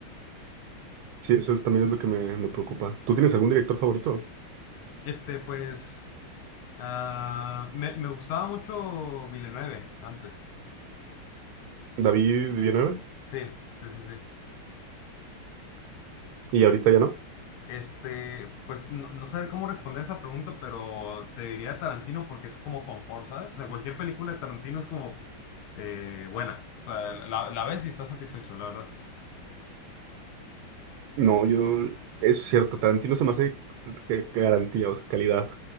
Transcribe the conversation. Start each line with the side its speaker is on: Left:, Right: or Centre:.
Right: Sí, eso es, también es lo que me, me preocupa. ¿Tú tienes algún director favorito?
Left: Este, pues, ah, me, me gustaba mucho Villeneuve antes.
Right: David Villanueva.
Left: Sí, sí, sí, sí.
Right: ¿Y ahorita ya no?
Left: Este, pues, no, no saber cómo responder esa pregunta, pero te diría Tarantino porque es como confort, ¿sabes? O sea, cualquier película de Tarantino es como eh, buena. O sea, la, la ves y estás satisfecho, la verdad.
Right: No, yo... Eso es cierto, Tarantino se me hace que- que garantía, o sea, calidad.